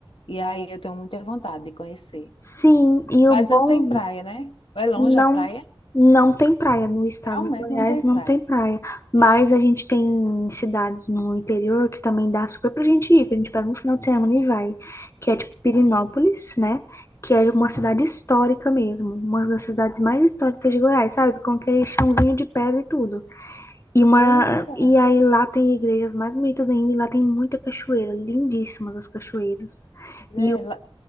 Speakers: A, on the left; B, on the left.
A: E aí eu tenho muita vontade de conhecer.
B: sim, e o
A: Mas
B: bom
A: não tem praia, né? É longe
B: Não,
A: a praia?
B: não tem praia no estado
A: Realmente
B: de Goiás,
A: não tem
B: não
A: praia.
B: tem praia. Mas a gente tem cidades no interior que também dá super pra gente ir, que a gente pega um final de semana e vai, que é tipo Pirinópolis, né? Que é uma cidade histórica mesmo, uma das cidades mais históricas de Goiás, sabe? Com aquele chãozinho de pedra e tudo. E uma,
A: Eita.
B: e aí lá tem igrejas mais bonitas ainda, e lá tem muita cachoeira, lindíssimas as cachoeiras.
A: Mulher,
B: e
A: lá-